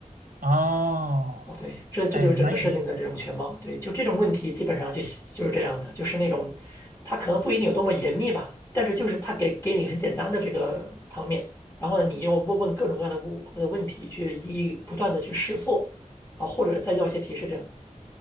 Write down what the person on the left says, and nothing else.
哦，对，这这就是整个事情的这种全貌。
对，就这种问题基本上就就是这样的，就是那种它可能不一定有多么严密吧，但是就是它给给你很简单的这个汤面，然后呢，你又问问各种各样的问的问题，去一一不断的去试错啊，或者再要一些提示这样